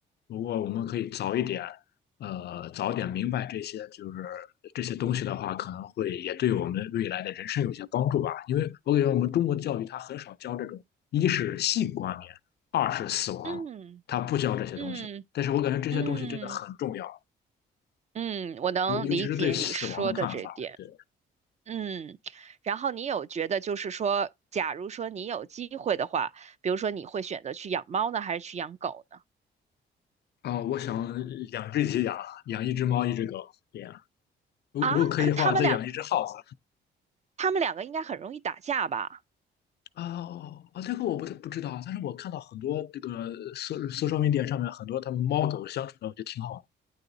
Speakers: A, on the left; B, on the right.
A: 如果我们可以早一点，呃，早点明白这些就是这些东西的话，可能会也对我们未来的人生有些帮助吧。因为我感觉我们中国的教育它很少教这种，一是性观念，二是死亡。
B: 嗯
A: 他不教这些东西。
B: 嗯
A: 但是我感觉这些东西真的很重要，
B: 嗯嗯，我能理解你说的这点。
A: 尤尤其是对死亡的看法。对
B: 嗯，然后你有觉得就是说，假如说你有机会的话，比如说你会选择去养猫呢，还是去养狗呢？
A: 啊、呃我想两只鸡养，养一只猫，一只狗，这样。如如果可以的话，
B: 啊，可他们两，
A: 再养一只耗子。
B: 他们两个应该很容易打架吧？
A: 啊哦啊，这个我不不知道啊，但是我看到很多这个 so- social media 上面很多他们猫狗相处的，我觉得挺好的。